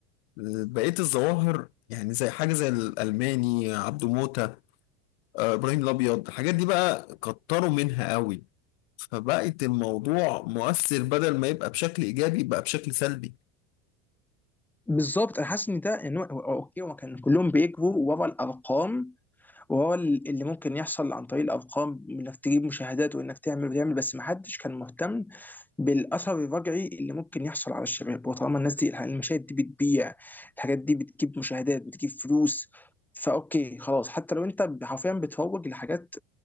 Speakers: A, on the left (about 85°); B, in the centre.
A: بقية الظواهر يعني زي حاجة زي الألماني عبده موتة آه، إبراهيم الأبيض الحاجات دي بقى كتروا منها قوي فبقت الموضوع مؤثر بدل ما يبقى بشكل إيجابي بقى بشكل سلبي
B: بالظبط انا حاسس ان ده ان هو هو- اوكي هو كان كلهم بيكبروا ورا الارقام وهو ال- اللي ممكن يحصل عن طريق الارقام انك تجيب مشاهدات وانك تعمل وتعمل بس ما حدش كان مهتم بالاثر الرجعي اللي ممكن يحصل على الشباب وطالما الناس دي الح- المشاهد دي بتبيع الحاجات دي بتجيب مشاهدات بتجيب فلوس فاوكي خلاص حتى لو انت حرفيا بتروج لحاجات